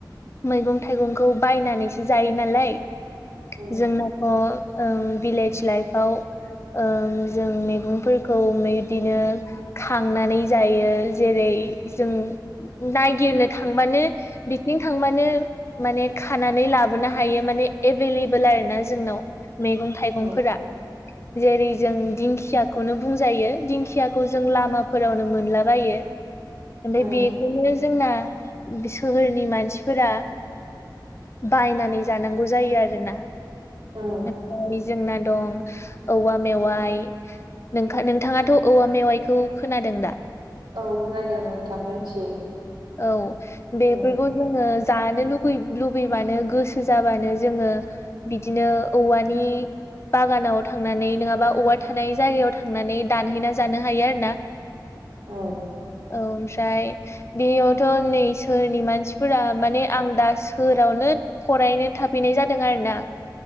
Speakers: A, on the left; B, on the right.
A: मैगं थाइगंखौ बायनानैसो जायो नालाय
B: औ
A: जोंनाथ' ओं भिलेज लाइफाव ओं जों मेगंफोरखौ मैदिनो खांनानै जायो जेरै जों नायगिरनो थांबानो बिकनिक थांबानो माने खानानै लाबोनो हायो माने एभेलेबोल आरो ना जोंनाव मेगं थाइगंफोरा।
B: औ
A: जेरै जों दिंखियाखौनो बुंजायो। दिंखियाखौ जों लामाफोरावनो मो मोनलाबायो ओमफ्राय
B: ओं
A: बेखौनो जोंना सोहोरनि मानसिफोरा बायनानै जानांगौ जायो आरोना
B: औ
A: ओमफाय जोंना दं औवा मेवाइ नोंखा नोंथाङाथ' औवा मेवाइखौ खोनादों दा?
B: औ खोनादों नोंथां मोनथियो।
A: औ बेफोरखौ
B: औ
A: जोङो जानो लुगै लुगैबानो गोसो जाबानो जोङो बिदिनो औवानि बागानाव थांनानै नङाबा औवा थानाय जायगायाव थांनानै दानहैना जानो हायो आरो ना।
B: औ
A: औ ओमफ्राय बेयावथ' नै सोहोरनि मानसिफोरा माने आं दा सोरावनो फरायनो थाफैनाय जादों आरो ना